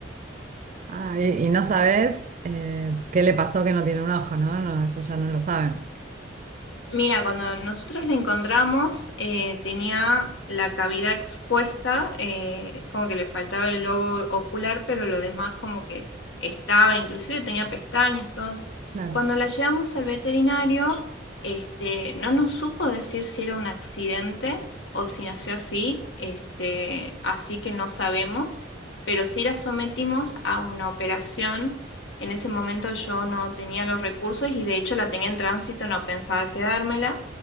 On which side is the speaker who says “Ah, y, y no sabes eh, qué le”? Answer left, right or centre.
Right